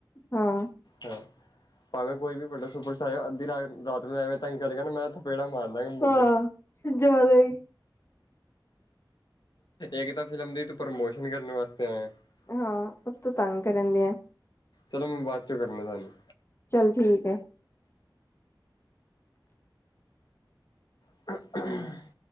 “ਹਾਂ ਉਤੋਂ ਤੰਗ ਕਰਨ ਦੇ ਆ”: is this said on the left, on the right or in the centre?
Left